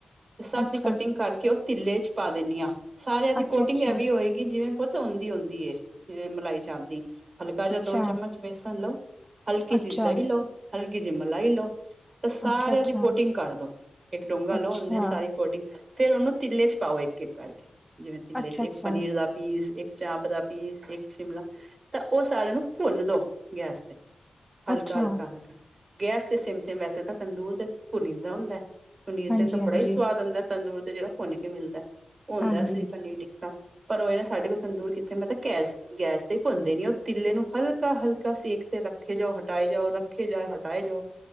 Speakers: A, on the right; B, in the centre.
A: ਤੇ ਸਭ
B: ਅੱਛਾ
A: ਦੀ ਕਟਿੰਗ
B: ਅੱਛਾ
A: ਕਰਕੇ ਉਹ ਤਿੱਲੇ ਚ ਪਾ ਦੇਨੀ ਹਾਂ, ਸਾਰਿਆਂ ਦੀ
B: ਅੱਛਾ
A: ਕੋਟਿੰਗ ਐ ਵੀ ਹੋਏਗੀ ਜਿਵੇਂ ਪੁੱਤ ੳੰਦੀ ਹੁੰਦੀ ਏ, ਅ ਮਲਾਈ ਚਾਪ ਦੀ, ਹਲਕਾ ਜਾਂ
B: ਅੱਛਾ
A: ਦੋ ਚਮਚ ਬੇਸਨ ਲਓ, ਹਲਕੀ
B: ਅੱਛਾ
A: ਜਹੀ ਦਹੀਂ ਲਓ, ਹਲਕੀ ਜਿਹੀ ਮਲਾਈ ਲਓ ਤੇ ਸਾਰਿਆਂ
B: ਅੱਛਾ ਅੱਛਾ ਅੱਛਾ
A: ਦੀ ਕੋਟਿੰਗ ਕਰ ਦੋ, ਇੱਕ ਡੂੰਘਾ ਲਓ
B: ਅੱਛਾ
A: ੳਂਦਿਸ ਅਕੋਰਡਿੰਗ, ਤੇ ਉਹਨੂੰ ਤਿੱਲੇ ਚ ਪਾਓ ਇੱਕ ਇੱਕ ਕਰਕੇ, ਜਿਵੇਂ ਤਿੱਲੇ
B: ਅੱਛਾ
A: ਚ ਇੱਕ ਪਨੀਰ ਦਾ ਪੀਸ, ਇੱਕ ਚਾਪ ਦਾ ਪੀਸ, ਇੱਕ ਸ਼ਿਮਲਾ ਤਾਂ ਉਹ ਸਾਰਿਆਂ ਨੂੰ ਭੁੰਨ ਦੋ, ਗੈਸ ਤੇ ਹਲਕਾ
B: ਅੱਛਾ
A: ਹਲਕਾ ਹਲਕਾ, ਗੈਸ ਤੇ ਸਿਮ ਸਿਮ ਵੈਸੇ ਤਾਂ ਤੰਦੂਰ ਤੇ ਭੁੰਨੀਦਾ ਹੁੰਦਾ ਹੈ। ਪਨੀਰ
B: ਹਾਂਜੀ
A: ਤੇ ਤਾਂ
B: ਹਾਂਜੀ
A: ਬੜਾ ਹੀ ਸਵਾਦ ਆਂਦਾ, ਤੰਦੂਰ ਤੇ ਜਿਹੜਾ ਭੁੰਨ ਕੇ ਮਿਲਦਾ, ਉਹ ਹੁੰਦਾ
B: ਹਾਂਜੀ
A: ਅਸਲੀ ਪਨੀਰ ਟਿੱਕਾ। ਪਰ ਉਹ ਇਹ ਨਾ, ਸਾਡੇ ਕੋਲ ਤੰਦੂਰ ਕਿੱਥੇ, ਮੇ ਤਾਂ ਗੈਸ ਗੈਸ ਤੇ ਭੁੰਂਦੀ ਰਾਇ ਆ ਉਹ ਤਿੱਲੇ ਨੂੰ ਹਲਕਾ ਹਲਕਾ ਸੇਕ ਤੇ ਰੱਖੇ ਜਾਓ, ਹਟਾਏ ਜਾਓ, ਰੱਖੇ ਜਾਏ ਹਟਾਏ ਜਾਓ।